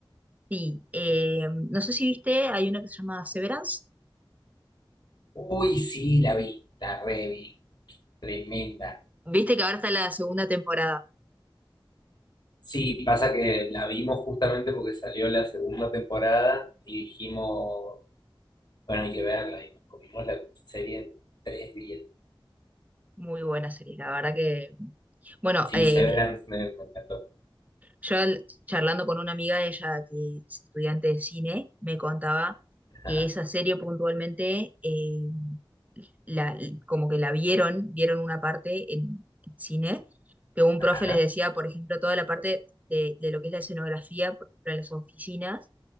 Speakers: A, on the right; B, on the left.
A: Sí, eh, no sé si viste, hay una que se llama Severance.
B: Uy, sí, la vi, la revi, tremenda.
A: Viste que ahora está la segunda temporada.
B: Sí, pasa que la vimos justamente porque salió la segunda temporada y dijimos, bueno, hay que verla y nos comimos la serie en tres días.
A: Muy buena serie, la verdad que... Bueno,
B: Sí,
A: eh,
B: Severance me, me encantó.
A: Yo al- charlando con una amiga, ella que es estudiante de cine, me contaba
B: Ajá,
A: que esa serie puntualmente, eh, la, como que la vieron, vieron una parte en, en cine, que un
B: ajá,
A: profe les decía, por ejemplo, toda la parte de, de lo que es la escenografía, por ejemplo, en las oficinas,